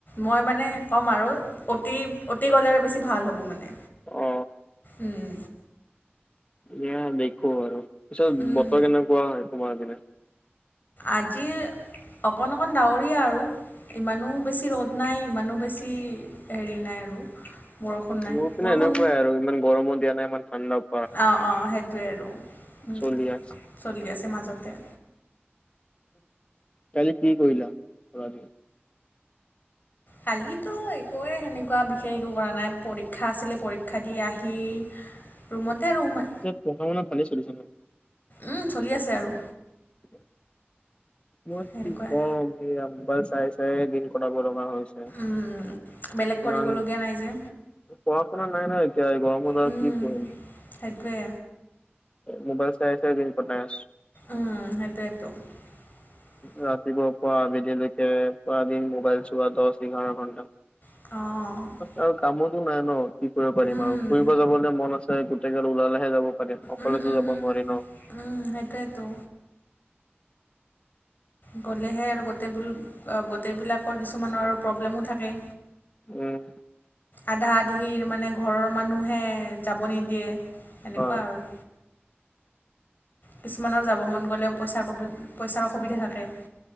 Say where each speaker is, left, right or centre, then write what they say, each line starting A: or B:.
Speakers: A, on the left (about 45°); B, on the left (about 25°).
A: মই মানে কম আৰু অ'তি-অ'তি গ'লে আৰু বেছি ভাল হ'ব মানে।
B: অ
A: উম।
B: দিয়া দেখো আৰু। পিছত
A: উম,
B: বতৰ কেনেকুৱা হয় তোমাৰ পিনে?
A: আজি অকণ অকণ ডাৱৰীয়া আৰু ইমানো বেছি ৰ'দ নাই, ইমানো বেছি হেৰি নাই আৰু। বৰষুণ নাই
B: মোৰ পিনে
A: বৰষুণ
B: এনেকুৱাই আৰু ইমান গৰমো দিয়া নাই ইমান ঠাণ্ডাও
A: অঁ, অঁ সেইটোৱে আৰু ওঁ
B: চলি আছে।
A: চলি আছে মাজতে।
B: কালি কি কৰিলা? যোৱা ৰাতি।
A: কলিটো একুৱে সেনেকুৱা বি শেষ একো কৰা নাই। পৰীক্ষা আছিলে পৰীক্ষা দি আহি ৰুমতে আৰু সো
B: পিছে পঢ়া-শুনা ভালেই চলিছে ন'?
A: উম, চলি আছে আৰু।
B: <inaudible> মই
A: সেনেকুৱাই
B: কি কম এইয়া মোবাইল চাই চাই দিন কটাব লগা হৈছে।
A: উম, উম। বেলেগ
B: ইমান
A: কৰিবলগীয়া নাই যে,
B: পঢ়া শুনা নাই ন এতিয়া এই গৰমত আৰু
A: উম।
B: কি পঢ়িম।
A: সেইটোৱে।
B: মোবাইল চাই চাই দিন কটাই আছোঁ।
A: উম, সেইটোৱেটো। <inaudible>
B: ৰাতিপুৱা পৰা আবলিলৈকে পুৰা দিন মোবাইল চোৱা দশ, এঘাৰ ঘন্টা।
A: অঁ, অঁ।
B: আৰু কামোৰটো নাই ন' কি কৰিব পাৰিম
A: উম,
B: আৰু? ফুৰিব যাবলৈ মন আছে গোটেইগাল ওলালেহে যাব পাৰিম। আকলেটো
A: উম, উম,
B: যাব
A: উম,
B: নোৱাৰে ন'?
A: উম, সেইটোৱেটো। গ'লেহে আৰু গোটেইবোল আ গোটেইবিলাকৰ কিছুমানৰ আৰু প্ৰব্লেমো থাকে।
B: উম।
A: আধা-আধি মানে, ঘৰৰ মানুহে যাব নিদিয়ে সেনেকুৱা
B: হয়
A: আৰু। কিছুমানৰ যাব মন গ'লেও পইচাৰ প্ৰব্লেম, পইচাৰ অসুবিধা থাকে।